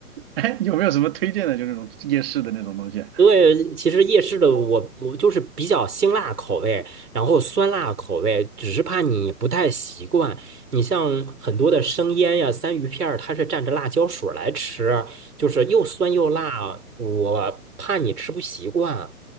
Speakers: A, on the right (about 35°); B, on the right (about 75°).
A: 哎，有没有什么推荐的？就那种夜市的那种东西，
B: 对，其实夜市的我我就是比较辛辣口味，然后酸辣口味，只是怕你不太习惯。你像很多的生腌呀、三鱼片儿，它是蘸着辣椒水儿来吃，就是又酸又辣，我怕你吃不习惯。